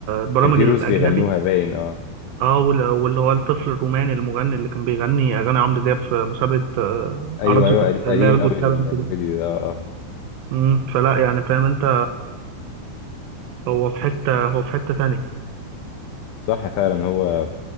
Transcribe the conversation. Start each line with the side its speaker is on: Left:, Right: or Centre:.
Right: البرامج
Left: كان في
Right: الاجنبي
Left: روس بيغنوها باين اه
Right: اه وال- واللي هو الطفل الروماني المغني اللي كان بيغني اغاني عمرو دياب في مسابقة آه،
Left: ايوه
Right: عرب زي
Left: ايوه
Right: كنت...
Left: قدي-
Right: اللي
Left: قديم
Right: هي الجوت
Left: قوي الفيديو
Right: تالنت دي
Left: ده اه اه
Right: مم، فلا يعني فاهم انت هو في حتة هو في حتة ثانية
Left: صح فعلا هو